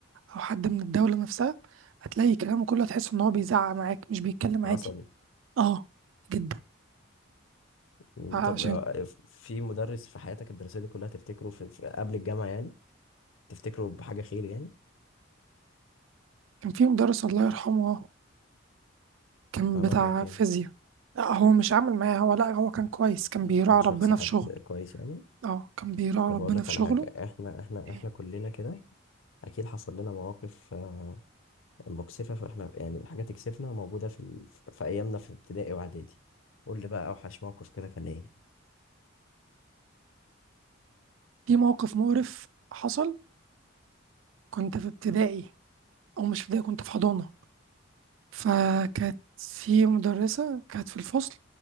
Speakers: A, on the right; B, on the left.
A: أو حد من الدولة نفسها هتلاقي كلامه كله هتحس إن هو بيزعق معاك مش بيتكلم
B: عصبي
A: عادي أه جدا
B: مم،
A: عشان
B: طب آه، ف- في مدرس في حياتك الدراسيه دي كلها تفتكره في في- قبل الجامعه يعني تفتكره بحاجه خير يعني
A: كان في مدرس الله يرحمه كان
B: عمل
A: بتاع
B: معاك ايه
A: فيزياء لا هو مش عامل معايا هو لا هو كان كويس كان بيراعي
B: كان شخص
A: ربنا
B: حد
A: في شغله
B: كويس يعني
A: اه كان بيراعي
B: طب
A: ربنا
B: اقول لك
A: في
B: على
A: شغله
B: حاجه احنا احنا
A: إيه.
B: احنا كلنا كده اكيد حصل لنا مواقف آه، مكسفة فاحنا يعني الحاجة تكسفنا موجودة في ال... في أيامنا في ابتدائي وإعدادي قول لي بقى أوحش موقف كده كان إيه
A: في موقف مقرف حصل كنت في ابتدائي او مش في ابتدائي كنت في حضانة فكانت في مدرسة كانت في الفصل